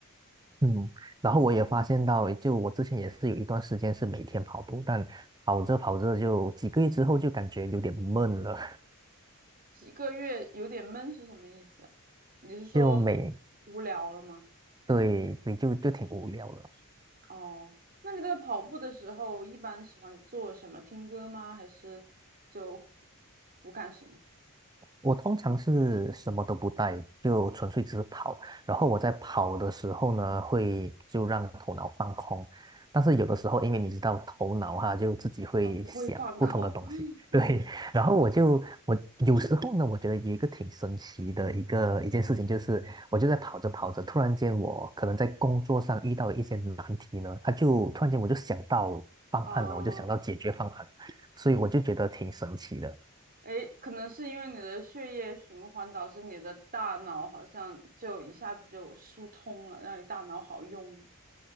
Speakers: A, on the right (about 20°); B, on the right (about 40°).
A: 嗯，然后我也发现到，就我之前也是有一段时间是每天跑步，但跑着跑着就几个月之后就感觉有点闷了，
B: 几个月有点闷是什么意思啊？你是说
A: <laughs> 就每，
B: 无聊了吗？
A: 对对，就就挺无聊的。
B: 哦，那你在跑步的时候一般喜欢做什么？听歌吗？还是就不干什么？
A: 我通常是什么都不带，就纯粹只是跑。然后我在跑的时候呢，会就让头脑放空。但是有的时候，因为你知道头脑哈，就自己会想不同的东西，
B: 他不会放空。<laughs>
A: <laughs>
B: 嗯哼，
A: 对。然后我就我有时候呢，我觉得有一个挺神奇的一个一件事情，就是我就在跑着跑着，突然间我可能在工作上遇到了一些难题呢，他就突然间我就想到方案了，
B: 哦。
A: 我就想到解决方案，所以我就觉得挺神奇的。
B: 诶，可能是因为你的血液循环导致你的大脑好像就一下子就疏通了，让你大脑好用了。